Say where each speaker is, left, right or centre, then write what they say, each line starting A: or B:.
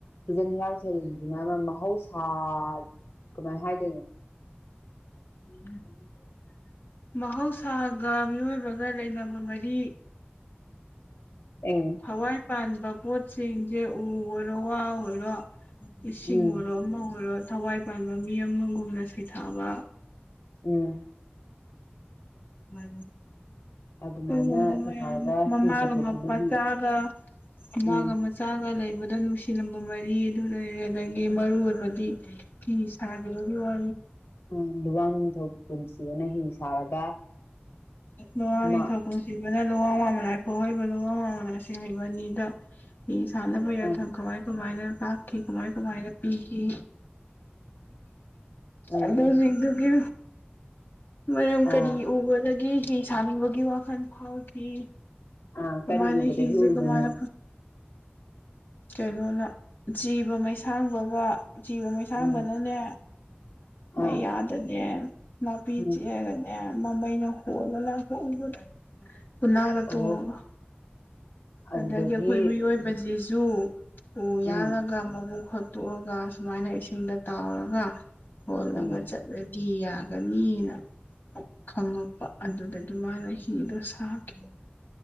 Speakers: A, on the left; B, on the left.
A: ꯍꯤꯖꯟ ꯍꯤꯔꯥꯎꯜ ꯁꯩꯔꯦꯡꯁꯤꯅ ꯑꯃ ꯃꯍꯧꯁꯥ ꯀꯃꯥꯏꯅ ꯍꯥꯏꯗꯣꯏꯅꯣ ꯑ <unintelligible>
B: ꯃꯍꯧꯁꯥꯒ ꯃꯤꯑꯣꯏꯕꯒ ꯂꯩꯅꯕ ꯃꯔꯤ
A: ꯎꯝ
B: ꯊꯋꯥꯏ ꯄꯥꯟꯕ ꯄꯣꯠꯁꯤꯡꯁꯦ ꯎ ꯑꯣꯏꯔꯣ ꯋꯥ ꯑꯣꯏꯔꯣ ꯏꯁꯤꯡ
A: ꯎꯝ
B: ꯑꯣꯏꯔꯣ ꯑꯃ ꯑꯣꯏꯔꯣ ꯊꯋꯥꯏ ꯄꯥꯟꯕ ꯃꯤ ꯑꯃꯒꯨꯝꯅ ꯁꯩꯊꯥꯕ
A: ꯎꯝ
B: ꯃ
A: ꯑꯗꯨꯃꯥꯏꯅ
B: <inaudible>
A: ꯁꯩꯊꯥꯔꯒ
B: ꯃꯌꯥꯝ ꯃꯃꯥꯒ
A: ꯍꯤ ꯄꯨꯊꯣꯛꯈꯤꯕꯒꯤ
B: ꯃꯆꯥꯒ ꯃꯥꯒ
A: ꯎꯝ
B: ꯑꯃ ꯆꯥꯒ ꯂꯩ ꯍꯕꯗ ꯅꯨꯡꯁꯤꯂꯝꯕ ꯃꯔꯤ ꯑꯗꯨ ꯂꯩꯔꯦ ꯑꯗꯒꯤ ꯃꯔꯨ ꯑꯣꯏꯕꯗꯤ ꯍꯥꯏꯦꯒꯤ ꯋꯥ
A: ꯎꯝ ꯂꯨꯋꯥꯡ ꯅꯤꯡꯊꯧ ꯄꯨꯟꯁꯤꯕꯅ ꯍꯤ ꯁꯥꯔꯒ
B: ꯂꯉꯅꯤ
A: ꯃꯥ
B: ꯊ ꯄꯨꯨꯁꯤꯕ ꯅ ꯂꯨꯋꯥꯡ ꯃꯃꯅꯥ ꯍꯥꯏꯈꯣ ꯍꯩꯕ ꯂꯨꯋꯥꯡ ꯃꯃꯟꯁ ꯍꯩꯕꯅꯤꯗ ꯃꯤ ꯁꯥꯟꯅꯕ ꯌꯥꯊꯪ
A: ꯑꯥ
B: ꯀꯃꯥꯏ ꯀꯃꯥꯏꯅ ꯂꯥꯛꯈꯤ ꯀꯃꯥꯏ ꯀꯃꯥꯏꯅ ꯄꯤꯈꯤ
A: ꯎꯝ
B: ꯑꯗꯨꯗꯨ ꯀ ꯃꯔꯝ
A: ꯑꯥ
B: ꯀꯔꯤ ꯎꯕꯗꯒꯦ ꯀ ꯁꯥꯅꯤꯡꯕꯒꯤ ꯋꯥꯈꯜ ꯐꯥꯎꯈꯤ
A: ꯑꯥ
B: ꯀꯨꯃꯥꯏꯅꯦꯦ
A: ꯀꯔꯤ ꯎꯕꯗꯒꯤ
B: ꯍꯖꯦ
A: ꯑꯣꯏꯗꯣꯏꯅꯣ
B: ꯀꯨꯃꯅꯦ ꯀꯩꯅꯣꯅ ꯖꯤꯕ ꯃꯩꯁꯥꯡꯕꯒ ꯖꯤꯕ ꯃꯩꯁꯥꯡꯕꯅꯅꯦ
A: ꯎꯝ
B: ꯃꯩꯌꯥꯗꯅꯦ
A: ꯑꯥ
B: ꯅꯥꯄꯤ
A: ꯎꯝ
B: ꯆꯦꯛꯛꯑꯒꯅꯦ ꯃꯃꯩꯩꯅ ꯍꯣꯂꯣ ꯍꯣꯡꯗ ꯎꯟꯅꯔ ꯇꯣꯡꯒ
A: ꯑꯣ ꯑꯗꯨꯗꯒꯤ
B: ꯑꯗꯒꯤ ꯑꯩꯈꯣꯏ ꯃꯤꯑꯣꯏꯕꯁꯤꯁꯨ ꯎ
A: ꯎꯝ
B: ꯌꯥꯜꯂꯒ ꯃꯕꯨꯛ ꯍꯥꯇꯣꯛꯑꯒ ꯁꯨꯃꯥꯏꯅ ꯏꯁꯤꯡꯗ ꯇꯥꯎꯔꯒ ꯍꯣꯜꯂꯒ
A: ꯎꯝ
B: ꯆꯠꯂꯗꯤ ꯐꯤ ꯌꯥꯒꯅꯤꯅ ꯈꯉꯛꯄ ꯑꯗꯨꯗꯒꯤ ꯃꯥꯅ ꯍꯤꯗꯣ ꯁꯥꯈꯤꯕ